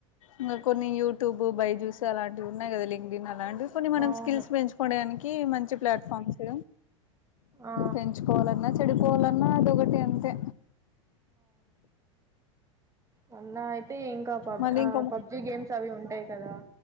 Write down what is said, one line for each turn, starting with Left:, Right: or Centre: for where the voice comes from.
Left: ఇంకా కొన్ని యూట్యూబ్ బైజూస్ అలాంటివి ఉన్నాయి కదా అండి అలాంటివి కొన్ని మనం
Right: అవును
Left: స్కిల్స్ పెంచుకోవడానికి కి మంచి ప్లాట్ఫామ్స్
Right: ఆ
Left: పెంచుకోవాలన్నా చెడిపోవాలన్నా అదొకటి అంతే
Right: మన్నయి అయితే ఇంకా పబ్
Left: మళ్ళీ
Right: ఆ
Left: ఇంకా
Right: పబ్జి గేమ్స్ అవి ఉంటాయి కదా